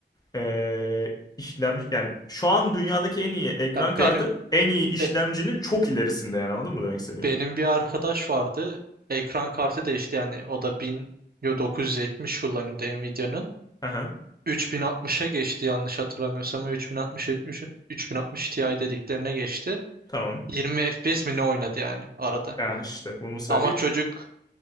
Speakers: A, on the left (about 20°); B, on the right (about 55°).
A: eee işlem yani şu an dünyadaki en iyi ekran
B: Ya
A: kartı
B: benim
A: en iyi işlemcinin
B: e,
A: çok ilerisinde yani anladın mı demek istediğimi?
B: benim bir arkadaş vardı. Ekran kartı değişti yani o da 1970 kullanıyordu Nvidia'nın.
A: Aha,
B: 3060'a geçti yanlış hatırlamıyorsam. 3060 3060 Ti dediklerine geçti.
A: tamam.
B: 20 FPS mi ne oynadı yani arada.
A: Ya işte bunun sebebi
B: Ama çocuk